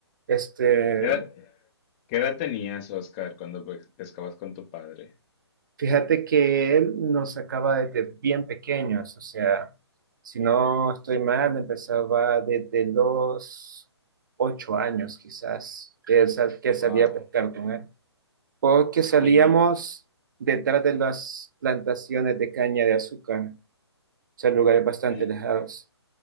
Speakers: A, on the right; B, on the left.
A: Este,
B: ¿Qué edad, qué edad tenías, Oscar, cuando pe- pescabas con tu padre?
A: fíjate que él nos sacaba desde bien pequeños, o sea, si no estoy mal, empezaba desde los ocho años quizás, que, sal- que salía
B: Wow.
A: a pescar con él. Porque salíamos
B: Y,
A: detrás de las plantaciones de caña de azúcar, o sea, lugares bastante
B: y,
A: alejados.